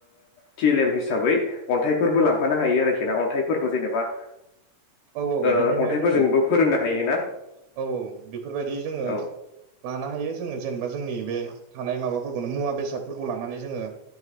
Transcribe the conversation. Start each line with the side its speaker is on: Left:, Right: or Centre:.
Left: टि एल एम हिसाबै अन्थाइफोरबो लांफानो हायो आरोखि अन्थाइफोरखौ जेनेबा
Right: औ औ
Left: ओ
Right: बिदिनो
Left: अन्थाइफोरजोंबो
Right: जोङो
Left: फोरोंनो हायोना
Right: औ औ बेफोरबायदि जोङो
Left: औ
Right: लानो हायो जोङो जेनेबा जोंनि बे थानाय माबाफोरखौनो मुवा बेसादफोरखौ लानानै जोङो